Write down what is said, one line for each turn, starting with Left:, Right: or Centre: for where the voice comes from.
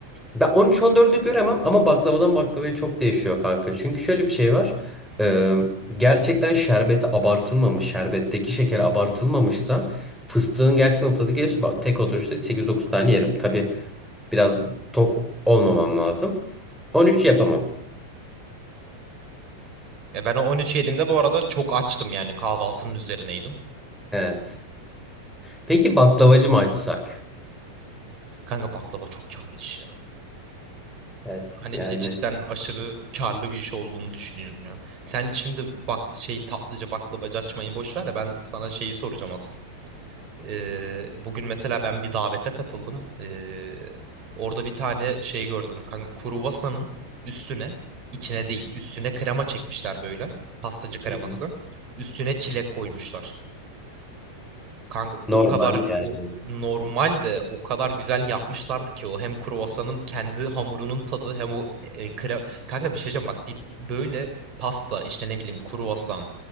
Centre: ben 13-14'ü göremem ama baklavadan baklavaya çok değişiyor kanka. Çünkü şöyle bir şey var. Ee, gerçekten şerbeti abartılmamış, şerbetteki şeker abartılmamışsa fıstığın gerçekten tadı geliyorsa ben tek oturuşta 8-9 tane yerim. Tabii biraz tok olmamam lazım. 13 yapamam.
Right: Ya ben o 13 yediğimde bu arada çok açtım yani kahvaltının üzerineydim.
Centre: Evet. Peki baklavacı mı açsak?
Right: Kanka baklava çok karlı iş ya.
Centre: Evet
Right: Hani
Centre: yani
Right: c- cidden aşırı karlı bir iş olduğunu düşünüyorum ya. Sen şimdi bak şey tatlıcı baklavacı açmayı boş ver de ben sana şeyi soracağım asıl. Ee, bugün mesela ben bir davete katıldım. Ee, orada bir tane şey gördüm. Kanka kruvasanın üstüne içine değil üstüne krema çekmişler böyle. Pastacı kreması.
Centre: hı hı.
Right: Üstüne çilek koymuşlar. Kanka
Centre: normal
Right: o kadar
Centre: yani.
Right: o normal de o kadar güzel yapmışlardı ki o hem kruvasanın kendi hamurunun tadı hem o e, kre- kanka bir şey diyeceğim bak bir böyle pasta işte ne bileyim kruvasan